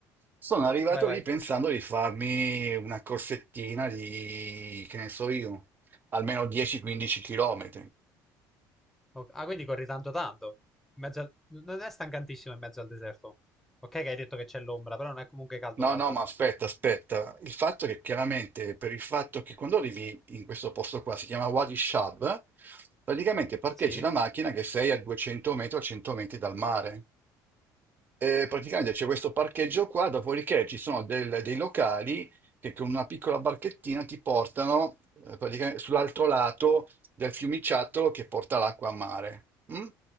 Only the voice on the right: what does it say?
sono arrivato
lì pensando di farmi una corsettina di, che ne so io, almeno 10-15 km.
No,
no, ma aspetta, aspetta. Il fatto è che chiaramente per il fatto che quando arrivi in questo posto qua, si chiama Wadi Shab, praticamente parcheggi
la macchina che sei a 200 metri o 100 metri dal mare. Eh, praticamente c'è questo parcheggio qua, dopodiché ci sono del- dei locali che con una piccola barchettina ti portano eh, praticamente sull'altro lato del fiumiciattolo che porta l'acqua a mare. mm?